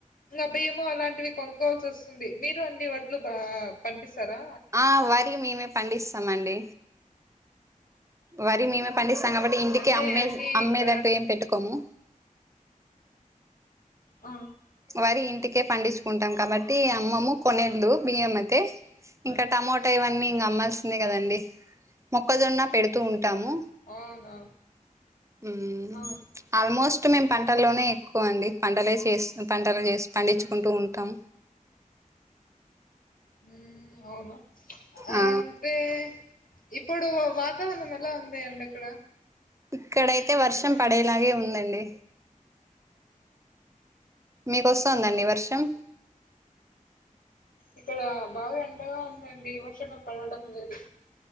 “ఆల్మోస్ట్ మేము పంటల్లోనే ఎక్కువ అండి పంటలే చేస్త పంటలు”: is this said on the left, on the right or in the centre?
Right